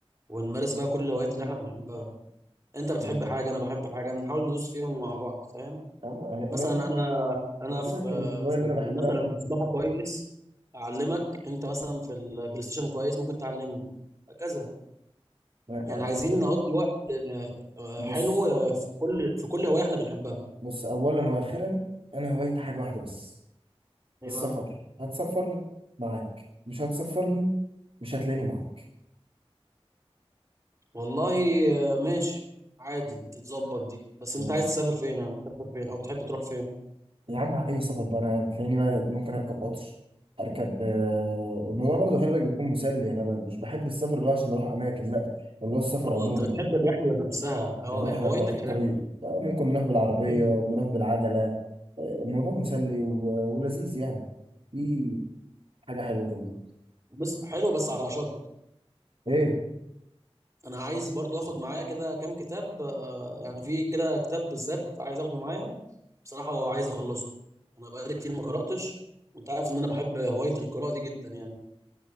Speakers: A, on the right; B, on the right.
A: ونمارس بقى كل الهوايات اللي احنا بنحبها انت بتحب
B: نعم.
A: حاجة انا بحب حاجة نحاول ندوس فيهم مع بعض فاهم
B: أما
A: مثلا
B: أنا
A: انا انا
B: قلت
A: في
B: لك الهواية
A: في
B: اللي
A: ال-
B: أنا بحبها
A: مثلا في السباحة كويس اعلمك انت مثلا في البلاي ستيشن كويس ممكن تعلمني هكذا
B: أنا-
A: يعني
B: أ-
A: عايزين نقضي وقت آه، آه،
B: بص
A: حلو آه، في كل في كل هواية احنا بنحبها
B: بص أولا وآخرا أنا هوايتي حاجة واحدة بس
A: ايه
B: السفر
A: بقى
B: هتسفرني معاك مش هتسفرني مش هتلاقيني معاك
A: والله آه، ماشي عادي تتظبط دي بس انت
B: ماشي
A: عايز تسافر فين يعني تسافر فين او بتحب تروح فين
B: يا عم اي سفر بقى انا هتلاقيني بقى ممكن اركب قطر اركب آه، الموضوع برضه خلي بالك بيكون مسلي يعني انا ب- مش بحب السفر ده عشان اروح اماكن لا اللي هو السفر
A: اه
B: عموما
A: انت بتحب الرحلة نفسها اه
B: الرحله
A: يا هوايتك
B: بتاعت الطريق
A: الرحلة
B: آه، ممكن نروح بالعربيه
A: فهمت
B: نروح بالعجله آه، الموضوع مسلي و- ولذيذ يعني في حاجه حلوه كده
A: بس حلو بس على شرط
B: ايه
A: انا عايز برضو اخد معايا كده كام كتاب آه، يعني في كده كتاب بالذات عايز اخده معايا بصراحة هو عايز اخلصه انا بقالي كتير ما قرأتش وانت عارف ان انا بحب هواية القراءة دي جدا يعني